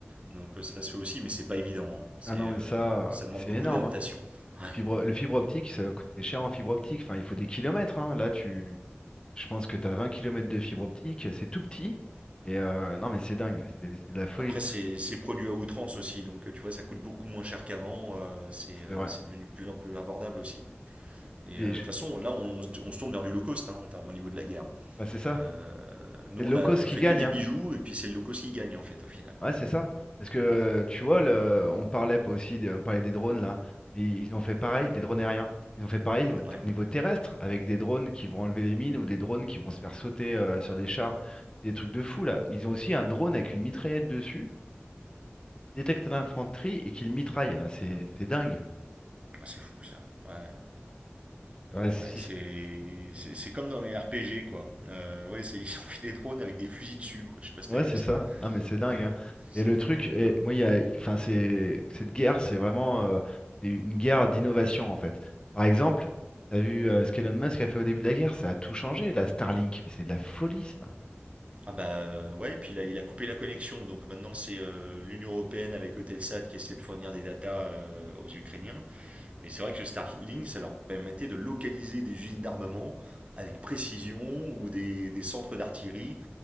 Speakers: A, on the right; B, on the left.
A: Donc, euh, ça se fait aussi, mais c'est pas évident. hein. C'est,
B: Ah non,
A: euh,
B: mais ça,
A: ça demande
B: mais c'est
A: beaucoup
B: énorme.
A: d'adaptation.
B: hein.
A: Ouais.
B: Le fibre, le fibre optique, ça va coûter cher en fibre optique. Enfin, il faut des kilomètres. hein. Là, tu, je pense que tu as 20 kilomètres de fibre optique. C'est tout petit. Et euh, non, mais c'est dingue. C'est c'est de la folie.
A: Après, c'est produit à outrance aussi, donc euh, tu vois, ça coûte beaucoup moins cher qu'avant, euh, c'est euh,
B: C'est vrai.
A: c'est devenu plus un peu abordable aussi. Et
B: Et
A: euh, de
B: je-
A: toute façon, là, on, on se tourne vers du low cost hein, au niveau de la guerre.
B: bah, c'est ça,
A: Euh, nous,
B: c'est le
A: on
B: low
A: a,
B: cost
A: on
B: qui
A: fait
B: gagne,
A: que des
B: hein.
A: bijoux, et puis c'est le low cost qui gagne, en fait, au final.
B: Ouais, c'est ça. Parce que euh,
A: Ouais.
B: tu vois, le- euh, on parlait pas aussi, des- on parlait des drones là, ils ils ont fait pareil, des drones aériens. Ils ont fait pareil au,
A: Ouais.
B: au niveau terrestre, avec des drones qui vont enlever les mines ou des drones qui vont se faire sauter euh, sur des chars. C'est des trucs de fou là. Ils ont aussi un drone avec une mitraillette dessus, détecte l'infanterie et qui le mitraille. Ah, C'est c'est dingue.
A: Ah, c'est fou, ça. Ouais.
B: Ouais, si
A: Ouais, c'est c'est- c'est comme dans les RPG, quoi. Euh, ouais, c'est- ils ont fait des drones avec des fusils dessus, quoi. Je sais pas si
B: Ouais,
A: t'avais
B: c'est
A: vu ça.
B: ça. Non, mais c'est dingue,
A: Ouais.
B: hein.
A: C'est
B: Et le
A: fou,
B: truc,
A: hein.
B: et
A: Ouais.
B: moi, il y a, enfin, c'est cette guerre, c'est vraiment euh, une guerre d'innovation en fait. Par exemple, t'as vu euh, ce qu'Elon Musk a fait au début de la guerre, ça a tout changé. La Starlink, mais c'est de la folie ça.
A: Ah bah euh, ouais, puis il a, il a coupé la connexion, donc maintenant c'est euh, l'Union Européenne avec Eutelsat qui essaie de fournir des datas euh, aux Ukrainiens. Mais c'est vrai que ce Starlink, ça leur permettait de localiser des usines d'armement avec précision ou des, des centres d'artillerie.